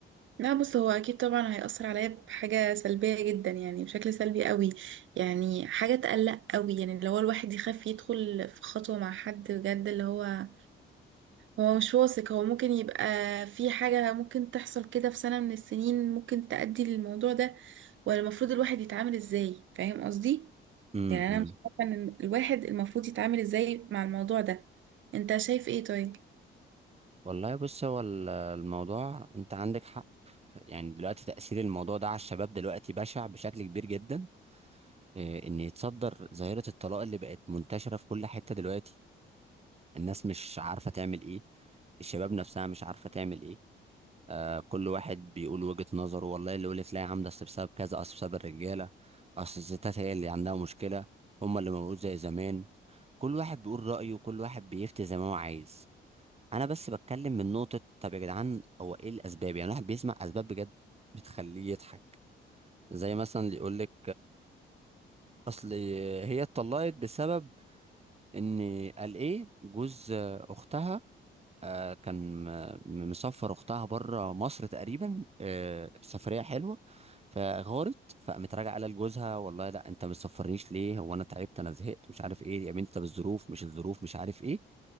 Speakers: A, on the right; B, on the right.
A: لا بص هو اكيد طبعا هيأثر عليا بحاجة سلبية جدا يعني بشكل سلبي قوي يعني حاجة تقلق قوي يعني اللي هو الواحد يخاف يدخل في خطوة مع حد بجد اللي هو هو مش واثق هو ممكن يبقى في حاجة ممكن تحصل كده في سنة من السنين ممكن تأدي للموضوع ده ولا المفروض الواحد يتعامل ازاي فاهم قصدي
B: امم
A: يعني
B: امم.
A: انا مش عارفة ان الواحد المفروض يتعامل ازاي مع الموضوع ده انت شايف ايه طيب
B: والله بص هو ال- الموضوع انت عندك حق يعني دلوقتي تأثير الموضوع ده على الشباب دلوقتي بشع بشكل كبير جدا آه، ان يتصدر ظاهره الطلاق اللي بقت منتشره في كل حته دلوقتي الناس مش عارفه تعمل ايه الشباب نفسها مش عارفه تعمل ايه آه كل واحد بيقول وجهه نظره والله اللي يقول لك لا يا عم ده أصل بسبب كذا اصل بسبب الرجاله اصل الستات هي اللي عندها مشكله هم اللي موجود زي زمان كل واحد بيقول رايه وكل واحد بيفتي زي ما هو عايز انا بس بتكلم من نقطه طب يا جدعان هو ايه الاسباب يعني الواحد بيسمع اسباب بجد بتخليه يضحك زي مثلا اللي يقول لك اصل هي اتطلقت بسبب ان قال ايه جوز اختها آه، كان م- مسافر اختها بره مصر تقريبا آه، سفريه حلوه فغارت فقامت راجعه قال لجوزها والله لا انت ما تسفرنيش ليه هو انا تعبت انا زهقت مش عارف ايه يا بنت طب الظروف مش الظروف مش عارف ايه